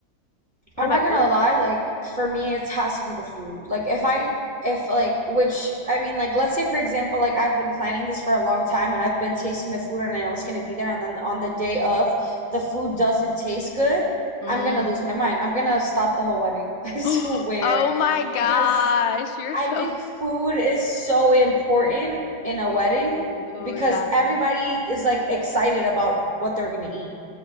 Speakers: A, on the left; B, on the right.
A: What
B: I'm
A: about
B: not gonna
A: you?
B: lie, like for me it has to be the food. Like if I if like which I mean like let's say for example like I've been planning this for a long time and I've been tasting the food and I know it's gonna be there and then on the day of the food doesn't taste good,
A: Mm.
B: I'm gonna lose my mind. I'm gonna stop the whole wedding. <laughs> I swear.
A: <gasps> Oh my gosh,
B: Because
A: you're
B: I
A: so
B: think food is so important in a
A: Ooh,
B: wedding
A: ooh,
B: because
A: yeah.
B: everybody is like excited about what they're gonna eat.